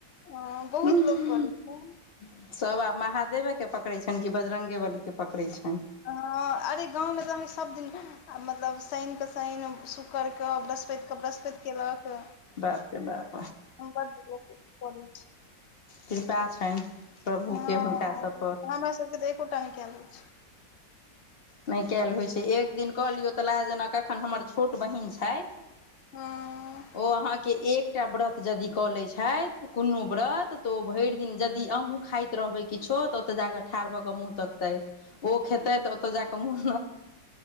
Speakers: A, on the left; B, on the left.
A: हँ बहुत
B: <inaudible>
A: लोक करै छै
B: सभ आब महादेवेके पकड़ै छनि, कि बजरङंगगे बलीके पकड़ै छनि।
A: ह अरे गाँवमें त अहाँके सबदिन आ मतलब शनिक कऽ शनि, शूकड़ कऽ, बृहस्पतिके बृहस्पति केलक।
B: बाप रे बाप,
A: बड लोक करै छै
B: कृपा छनि। प्रभुके
A: हँ,
B: हुनका सभ पर
A: हमरा सबके तऽ एकोटा न कलैत छै।
B: नहि कयल होइ छै, एक दिन कऽ लियौ तऽ लागत जेना कखन, हमर छोट बहीन छैथ
A: हँ
B: ओ अहाँके एकटा व्रत यदि कऽ लैत छैथ। कोनो व्रत, तऽ ओ भरि दिन यदि अहूँ खाइत रहबै किछो, तऽ ओतऽ जाकऽ ठाढ़ भऽ कऽ मुँह तक ओ खेतै ज के मुह